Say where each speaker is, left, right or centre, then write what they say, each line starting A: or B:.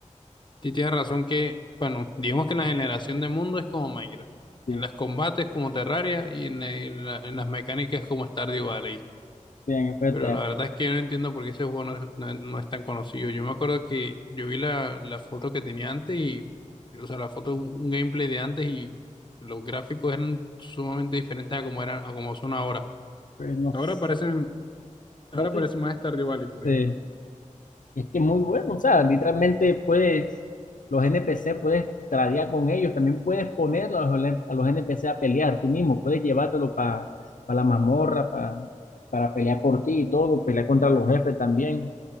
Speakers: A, on the left (about 35°); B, on the left (about 75°).
A: Sí, tienes razón que, bueno, digamos que la generación de mundo es como Minecraft.
B: Sí,
A: En los combates como Terraria y en, la- en la- en las mecánicas como Stardew Valley.
B: bien, pero,
A: Pero
B: te-
A: la verdad es que yo no entiendo por qué ese juego no es, no- es- no es tan conocido. Yo me acuerdo que yo vi la, la foto que tenía antes y, o sea, la foto, un un gameplay de antes y los gráficos eran sumamente diferentes a como eran, a como son ahora.
B: pero no,
A: Ahora
B: s-
A: parecen, ahora
B: no estoy-
A: parece más Stardew Valley, por
B: sí.
A: ejemplo.
B: Es que muy bueno, o sea, literalmente puedes, los N P C puedes tradear con ellos, también puedes poner a los, a los N P C a pelear tú mismo, puedes llevártelo para la mazmorra, pa- para pelear por ti y todo, pelear contra los jefes también,